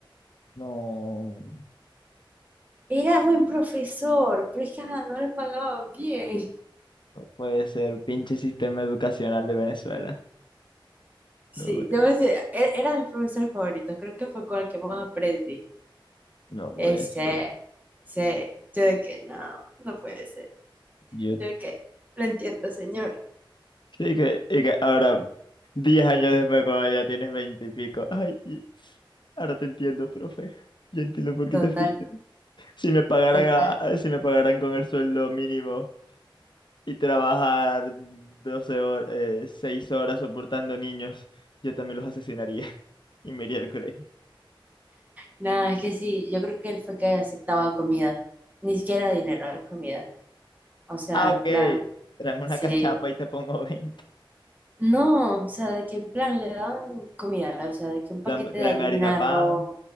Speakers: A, on the left; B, on the right.
A: No,
B: Era buen profesor, pero es que ajá, no le pagaban bien.
A: no puede ser, pinche sistema educacional de Venezuela.
B: Sí,
A: No, puede-
B: debo decir, e- era mi profesor favorito, creo que fue con el que más aprendí.
A: no puede
B: Ese,
A: ser.
B: ese, yo de que no, no puede ser.
A: Yo,
B: Yo de que lo entiendo, señor.
A: y que, y que ahora, 10 años después, cuando ya tienes 20 y pico, ay, y- ahora te entiendo, profe. Yo entiendo por qué
B: Total,
A: te fui. Si me pagaran
B: total.
A: a- si me pagaran con el sueldo mínimo y trabajar 12 horas, 6 horas soportando niños, yo también los asesinaría <laughs> y me iría al colegio.
B: No, es que sí, yo creo que él fue que aceptaba comida, ni siquiera dinero, comida. O sea,
A: Ah,
B: en
A: ok.
B: plan,
A: Tráeme una
B: Sí.
A: cachapa y te pongo veinte
B: No, o sea, de que en plan le dan comida, o sea, de que un paquete
A: Dame- tráeme
B: de harina,
A: harina pan.
B: arroz.